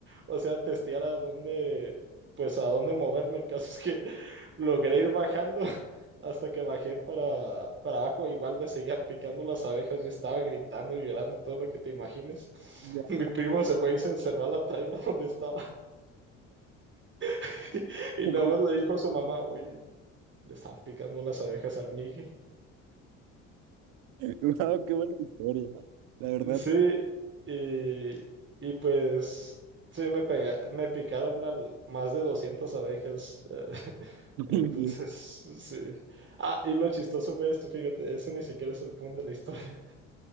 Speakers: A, on the right; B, on the right.
A: o sea, a testear a dónde, pues a dónde moverme. El caso es que <laughs> logré ir bajando hasta que bajé para, para abajo, igual me seguían picando las abejas, yo estaba gritando y llorando todo lo que te imagines. <laughs>
B: Guau,
A: Mi primo se fue y se encerró a la traila donde estaba <laughs> y
B: <laughs>
A: nada más le dijo a su mamá, oye, le están picando las abejas al Migue.
B: guau, qué buena historia. La verdad.
A: Sí, y, y pues... Sí, me pega, me picaron al- más de 200 abejas. <laughs>
B: <laughs>
A: Entonces,
B: Bien.
A: sí. Ah, y lo chistoso fue esto, fíjate, eso ni siquiera es el punto de la historia.